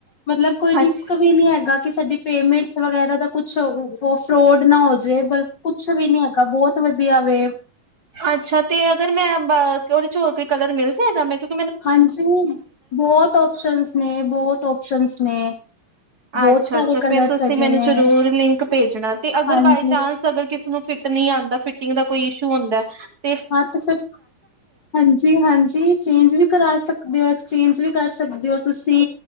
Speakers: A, on the left; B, on the right.
A: ਮਤਲਬ ਕੋਈ ਰਿਸਕ
B: ਅੱਛਾ
A: ਵੀ ਨਹੀਂ ਹੈਗਾ। ਕਿ ਸਾਡੀ ਪੇਮੈਂਟਸ ਵਗੈਰਾ ਦਾ ਕੁੱਛ ਹੋ ਉਹ ਫਰੋਡ ਨਾ ਹੋਜੇ ਬਲ ਕੁੱਛ ਵੀ ਨਹੀਂ ਹੈਗਾ ਬਹੁਤ ਵਧੀਆ ਵੇ।
B: ਅੱਛਾ ਤੇ ਅਗਰ ਮੈਂ ਉਹਦੇ ਚ ਹੋਰ ਕੋਈ ਕਲਰ ਮਿਲ ਜਾਏਗਾ ਮੈਂ ਕਿਹਾ
A: ਹਾਂਜੀ ਬਹੁਤ ਓਪਸ਼ਨਸ ਨੇ ਬਹੁਤ ਓਪਸ਼ਨਸ ਨੇ।
B: ਅੱਛਾ-ਅੱਛਾ
A: ਬਹੁਤ ਸਾਰੇ ਕਲਰਸ
B: ਫੇਰ ਤੁਸੀਂ
A: ਹੈਗੇ
B: ਮੈਨੂੰ
A: ਨੇ
B: ਜਰੂਰ ਲਿੰਕ ਭੇਜਣਾ ਤੇ ਅਗਰ
A: ਹਾਂਜੀ
B: ਬਾਈ ਚਾਂਸ ਅਗਰ ਕਿਸੇ ਨੂੰ ਫਿਟ ਨਹੀਂ ਆਂਦਾ ਫੀ ਦਾ ਕੋਈ ਇਸ਼ੂ ਹੁੰਦਾ ਐ।
A: ਹਾਂ ਤੇ ਫਿਰ ਹਾਂਜੀ ਹਾਂਜੀ ਚੇਂਜ ਵੀ ਕਰਾ ਸਕਦੇ ਓ ਚੇਂਜ ਵੀ ਕਰ ਸਕਦੇ ਓ ਤੁਸੀਂ